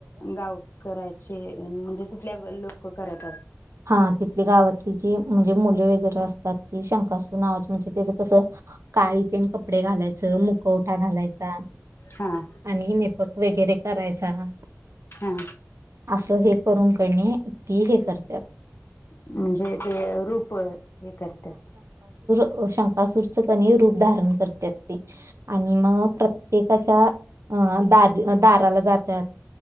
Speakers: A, on the left; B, on the right.
A: गाव करायचे म्हणजे तिथल्या लोक करात
B: हा तिथली गावातली जी म्हणजे मुल वगैरे असतात ती शंकासूर नावाची म्हणजे त्याच कसं काळी तेन कप पडे घालायचं मुखवठा घालायचा
A: हा हा
B: आणि मेपक वगैरे करायच आहा
A: हा
B: असं हे करून कणी ती हे कर त्यात.
A: म्हणजे ते रूप हे करत्यात
B: अ शंकासूरच कणी रूप धारण करत्यात ते आणि म प्रत्येकाच्या अ दा दाराला जात्यात